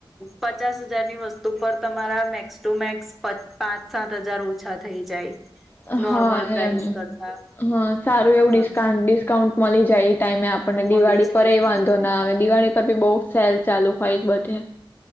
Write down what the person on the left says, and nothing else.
હા
ને
મ
હ સારુ. એ વું
ડિકાઉન્ટ મલી જાય. ટાઈમે આપણને
દિવાળી
પર એ વાંધો ના હવે દિવાળી પર બી બહુ સેલ ચાલુ હોય બધે.